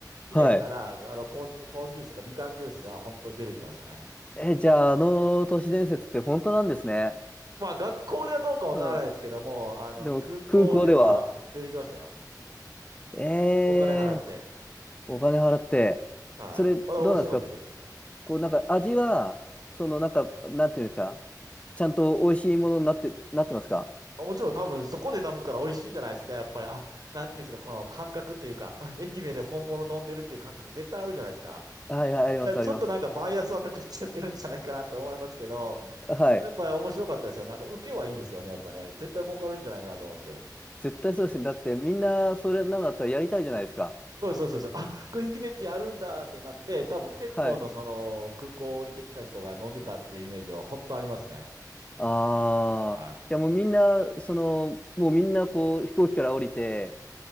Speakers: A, on the right; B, on the left.
A: ひねったら、
B: はい。
A: あの、ポンジュ、ポンジュースとかみかんジュースが本当に出てきましたね。
B: え、じゃあ、あの都市伝説って本当なんですね。
A: まあ、学校ではどうかわからないですけども、
B: うん。
A: あの、
B: でも、
A: 空港では出てきましたよ。
B: 空港では、えー、
A: お金払って。
B: お金払って、
A: はい。
B: それ、どうなんですか
A: まだ面白かったですよ。
B: こう、なんか、味は、その、なんか、なんていうんですかちゃんと美味しいものになって、なってますか
A: あもちろん多分そこで飲むから美味しいんじゃないですか、やっぱり。あ、なんていうんですか、この感覚というか、あ、愛媛で本物飲んでるっていう感覚絶対あるじゃないですか。
B: はい、はい、あります、
A: だからちょっとなんかバイアスはかかっちゃってるんじゃないかなと思いますけど、
B: あります。はい。
A: やっぱ面白かったですよ。なんか受けはいいですよね、やっぱね。絶対儲かるんじゃないかなと思うんですけど。
B: 絶対そうですね。だって、みんな、それなんだったらやりたいじゃないですか。
A: そうですそうですそうです。あ、これ愛媛ってやるんだってなって、多分結構のその空港降りてきた人が飲んでたっていうイメージは本当ありますね。
B: はい。ああ、
A: はい。
B: じゃあもうみんな、その、もうみんなこう飛行機から降りて、